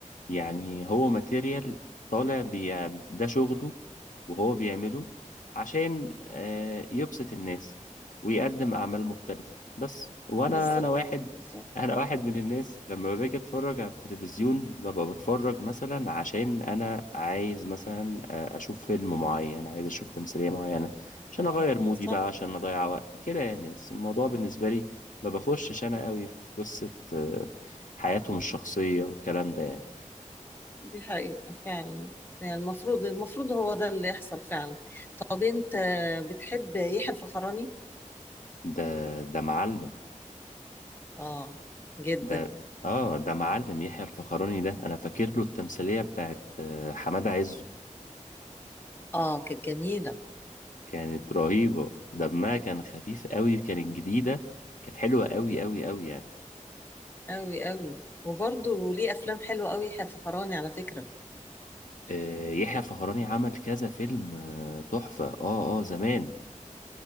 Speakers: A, on the left; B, on the left.
A: يعني هو ماتيريال طالع بي... ده شغله وهو بيعمله عشان آه، يبسط الناس ويقدم اعمال مختلفة بس وانا
B: بالظبط
A: انا واحد
B: بالظبط
A: انا واحد من الناس لما باجي اتفرج على التلفزيون ببقى بتفرج مثلا عشان انا عايز مثلا آه، اشوف فيلم معين عايز اشوف تمثيلية معينة عشان اغير مودي
B: صح
A: بقى عشان اضيع وقت كده يعني بس الموضوع بالنسبة لي ما بخشش انا قوي في قصة آه، حياتهم الشخصية والكلام ده يعني
B: دي حقيقة فعلا يعني المفروض المفروض هو ده اللي يحصل فعلا طب انت بتحب يحيى الفخراني؟
A: ده ده معلم
B: اه جدا
A: ده اه ده معلم يحيى الفخراني ده انا فاكر له التمثيلية بتاعت آه، حمادة عزه
B: اه كانت جميلة
A: كانت رهيبة دمها كان خفيف قوي كانت جديدة كانت حلوة قوي قوي قوي يعني
B: أوي أوي وبرضه ليه أفلام حلوة أوي في فراني على فكرة
A: آه، يحيى الفخراني عمل كذا فيلم آه، تحفة اه اه زمان